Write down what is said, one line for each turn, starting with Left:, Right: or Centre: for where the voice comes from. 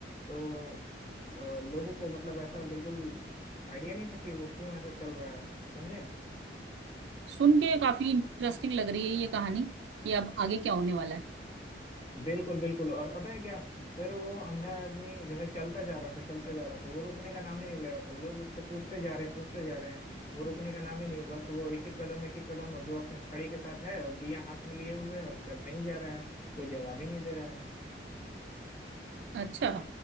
Left: तो अ, लोगों को मतलब ऐसा बिल्कुल आइडिया नहीं था कि वो क्यों ऐसा चल रहा है समझे
Right: सुन के काफी इंटरेस्टिंग लग रही है ये कहानी कि अब आगे क्या होने वाला है
Left: बिल्कुल बिल्कुल और पता है क्या फिर वो अंधा आदमी जो है चलता जा रहा था चलता जा रहा था वो रुकने का नाम ही नहीं ले रहा था लोग उससे पूछते जा रहे हैं पूछते जा रहे हैं वो रुकने का नाम ही नहीं बस वो एक एक कदम एक एक कदम और जो अपने छड़ी के साथ है और दिया हाथ में लिए हुए है और चलते ही जा रहा है कोई जवाब ही नहीं दे रहा है
Right: अच्छा